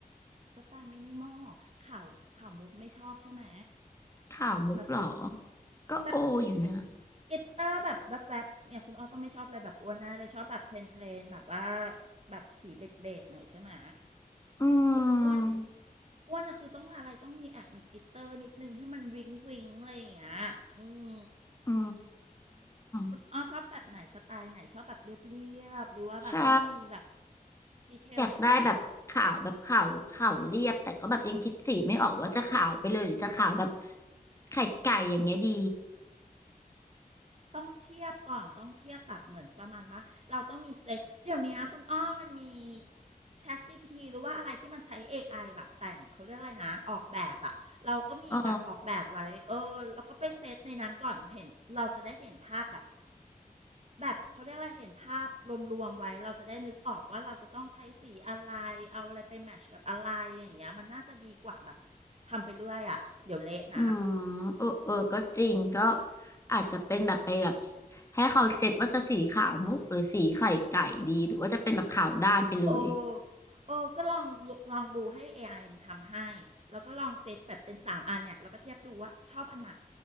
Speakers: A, on the right; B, on the left.
A: สไตล์มินิมอลข่าวข่าวมุกไม่ชอบใช่ไหม
B: ขาวมุกเหรอ
A: แบบ
B: ก็โออยู่นะ
A: แบบที่มีกลิตกลิตเตอร์แบบแวบๆเนี่ยคุณอ้อต้องไม่ชอบอะไรแบบอ้วนนะเลยชอบแบบเพลนเพลนแบบว่าแบบสีเบจเบจหน่อยใช่ไหม
B: อื
A: ออ้วน
B: ม
A: อ้วนอะคือต้องอะไรต้องมีแอบมีกลิตเตอร์นิดนึงให้มันวิงวิงอะไรอย่างเงี้ยอืม
B: อื
A: คุณอ้อชอบแบบไหนสไตล์ไหนชอบแบบเรียบเรียบหรือว่าแบบต้องมีแบบ
B: มใช่
A: ดีเทลนิดนึง
B: อยากได้แบบขาวแบบขาวขาวเรียบแต่ก็แบบยังคิดสีไม่ออกว่าจะขาวไปเลยหรือจะขาวแบบไข่ไก่อย่างเงี้ยดี
A: ต้องเทียบก่อนต้องเทียบแบบเหมือนประมาณว่าเราต้องมีเซตเดี๋ยวนี้คุณอ้อมันมี c h a พ g p t หรือว่าอะไรที่มันใช้ AI แบบแต่งเขาเรียกอะไรนะออกแบบอะเราก็มีแบบออกแบบไว้เออเราก็ไปเซตในนั้นก่อนเห็นเราจะได้เห็นภาพแบบ
B: อ๋อ
A: แบบเขาเรียกอะไรเห็นภาพรวมๆไว้เราจะได้นึกออกว่าเราจะต้องใช้สีอะไรเอาอะไรไปแมทช์กับอะไรอย่างเงี้ยมันน่าจะดีกว่าแบบทำไปเรื่อยอะเดี๋ยวเละนะ
B: อืมเออเออก็จริงก็อาจจะเป็นแบบไปแบบให้เขาเซตว่าจะสีขาวมุกหรือสีไข่ไก่ดีหรือว่าจะเป็นแบบขาวด้านไปเลย
A: โอ้ โอ้ ก็ลอง ลองดูให้ AI มันทำให้ แล้วก็ลองเซตแบบเป็นสามอันเนี่ย แล้วก็เทียบดูว่าชอบอันไหน